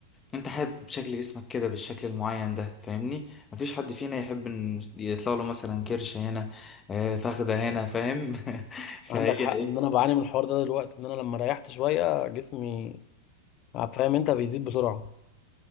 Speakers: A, on the left (about 20°); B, on the left (about 35°).
A: انت حابب شكل جسمك كده بالشكل المعين ده فاهمني مفيش حد فينا يحب ان يطلع له مثلا كرش هنا آه فخدة هنا فاهم <laughs> فهي
B: عندك
A: ايه
B: حق ان انا بعاني من الحوار ده دلوقتي ان انا لما ريحت شوية جسمي فاهم انت بيزيد بسرعة